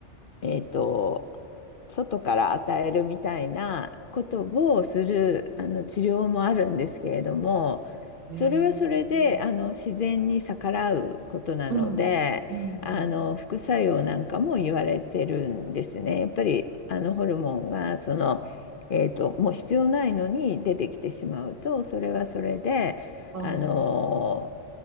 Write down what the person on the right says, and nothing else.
え
えうん、うん。
ああ、